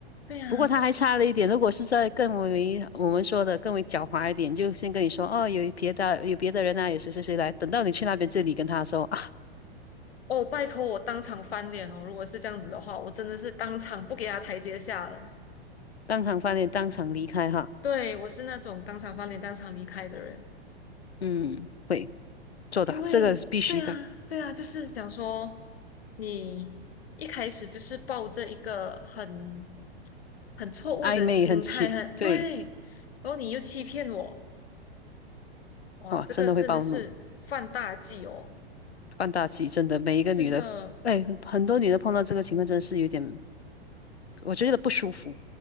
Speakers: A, on the left; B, on the left.
A: 对呀、
B: 不过他还差了一点，如果是在更为我们说的更为狡猾一点，就先跟你说哦，有别的有别的人啊，有谁谁谁来。等到你去那边这里跟他说啊，
A: 哦，拜托我当场翻脸哦。如果是这样子的话，我真的是当场不给他台阶下了。
B: 当场翻脸，当场离开哈。
A: 对，我是那种当场翻脸、当场离开的人。
B: 嗯，会做的，
A: 因为对啊，
B: 这个是必须的。
A: 对啊，就是想说，你一开始就是抱着一个很很错误的心态，
B: 暧昧很奇，
A: 很对，
B: 对，
A: 然后你又欺骗我，哇，
B: 哇，
A: 这个真的是犯大忌哦，
B: 真的会暴怒，放大忌，真的每一个女的，
A: 真的，
B: 哎，很多女的碰到这个情况真的是有点，我觉得不舒服。